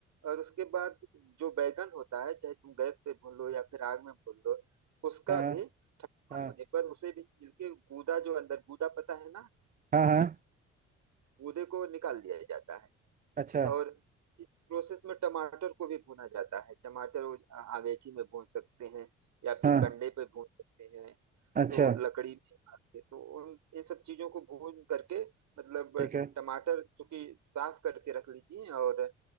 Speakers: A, on the right; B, on the right.
A: और उसके बाद जो बैगन होता है चाहे तुम गैस से भून लो या फिर आग में भून लो उसका
B: हाँ
A: भी ठंडा
B: हाँ
A: होने पर उसे भी छील के गूदा जो अंदर गूदा पता है ना
B: हाँ हाँ
A: गूदे को निकाल दिया जाता है
B: अच्छा
A: और इस प्रोसेस में टमाटर को भी भुना जाता है टमाटर वो आ- अमेठी में भून सकते हैं या फिर
B: हाँ
A: कंडे पे भून सकते हैं
B: अच्छा
A: तो लकड़ी में काट के तो उन इन सब चीजों को भून करके मतलब
B: ठीक है
A: टमाटर चूंकि साफ करके रख लीजिए और